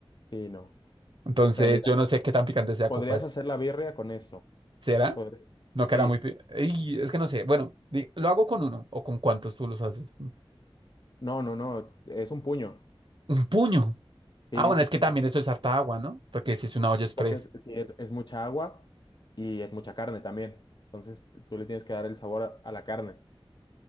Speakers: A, on the left; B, on the right.
A: Sí, no.
B: Entonces
A: Pero mira,
B: yo no sé qué tan picante sea
A: podrías
B: como
A: hacer la birria con eso.
B: ¿Será?
A: Podr-
B: No quedará
A: Sí.
B: muy... pe- Ey, es que no sé. Bueno, di- lo hago con uno. ¿O con cuántos tú los haces?
A: No, no, no. Es un puño.
B: Un puño.
A: Sí,
B: Ah, bueno,
A: sí,
B: es
A: sí.
B: que también
A: por-
B: eso es harta agua, ¿no? Porque si es una olla express.
A: Porque es, sí, es, es mucha agua y es mucha carne también. Entonces tú le tienes que dar el sabor a, a la carne.